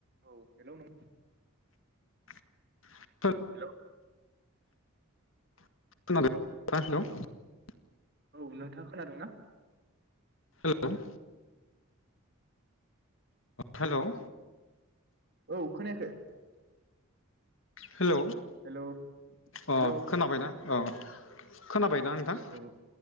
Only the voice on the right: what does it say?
औ हेल' नों
हेल'
औ नोंथाङा खोनादोंंना
औ खोनायाखै?
हेलौ
हेलौ
औ